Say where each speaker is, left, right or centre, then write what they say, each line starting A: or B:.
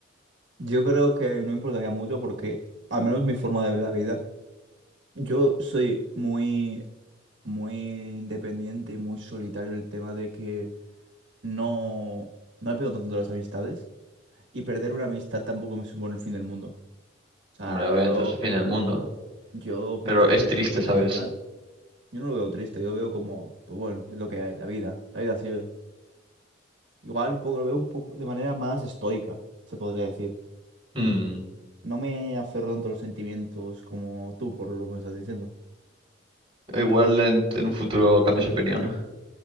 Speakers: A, on the right; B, on the right.
A: yo creo que no importaría mucho porque, al menos mi forma de ver la vida. Yo soy muy, muy independiente y muy solitario en el tema de que no, no me pego tanto de las amistades y perder una amistad tampoco me supone el fin del mundo. O sea,
B: Hombre, obviamente
A: yo,
B: es el fin del mundo.
A: yo
B: Pero
A: pienso
B: es
A: que las amistades
B: triste,
A: vienen
B: ¿sabes?
A: y van. Yo no lo veo triste, yo veo como, pues bueno, es lo que hay, la vida, la vida sigue. Igual un poco lo veo un poco de manera más estoica, se podría decir.
B: Hmm.
A: No me aferro tanto a los sentimientos como tú por lo que me estás diciendo.
B: Igual en, en un futuro cambies de opinión.